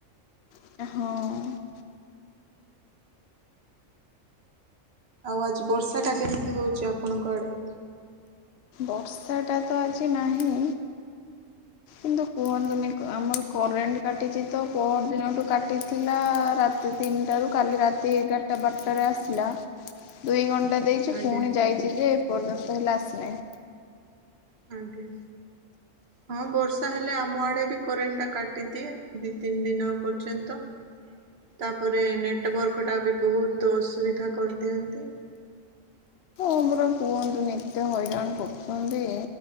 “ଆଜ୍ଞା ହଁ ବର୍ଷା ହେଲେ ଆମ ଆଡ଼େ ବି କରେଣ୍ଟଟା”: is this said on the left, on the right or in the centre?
Right